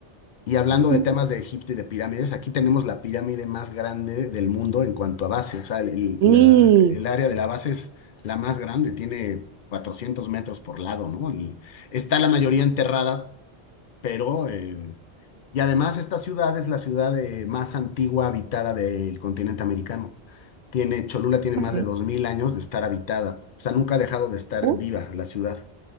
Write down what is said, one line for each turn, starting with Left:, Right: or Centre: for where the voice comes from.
Left: Y hablando de
Right: Mm.
Left: temas de Egipto y de pirámides, aquí tenemos la pirámide más grande del mundo en cuanto a base. O sea, el,
Right: Y,
Left: la- el área de la base es la más grande, tiene 400 metros por lado, ¿no? El- está la mayoría enterrada, pero... eh, y además esta ciudad es la ciudad eh, más antigua habitada del continente americano. Tiene, Cholula tiene
Right: no
Left: más
Right: sé,
Left: de 2.000 años de estar habitada. O sea, nunca ha dejado de estar
Right: uh,
Left: viva la ciudad.